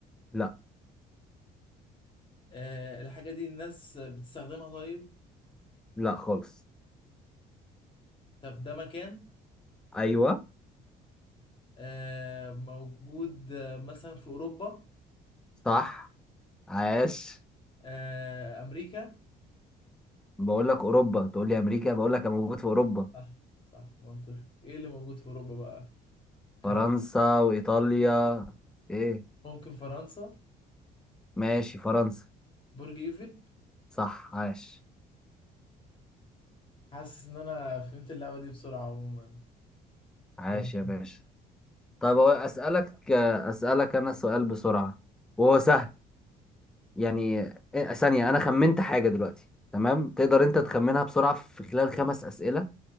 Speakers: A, in the centre; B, on the left.
A: لا
B: آه، الحاجة دي الناس بتستخدمها طيب
A: لا خالص
B: طب ده مكان
A: ايوه
B: آه، موجود آه، مثلا في أوروبا
A: صح عاش
B: آه، أمريكا
A: بقول لك اوروبا تقول لي امريكا بقول لك انا موجود في اوروبا
B: صح صح منطقي إيه اللي موجود في أوروبا بقى
A: فرنسا
B: كندا
A: وايطاليا ايه
B: ممكن فرنسا
A: ماشي فرنسا
B: برج إيفل
A: صح عاش
B: حاسس إن أنا فهمت اللعبة دي بسرعة عموما
A: عاش
B: يعني
A: يا باشا طب هو اسالك اسالك انا سؤال بسرعه وهو سهل يعني إيه- ثانيه انا خمنت حاجه دلوقتي تمام تقدر انت تخمنها بسرعه في خلال خمس اسئله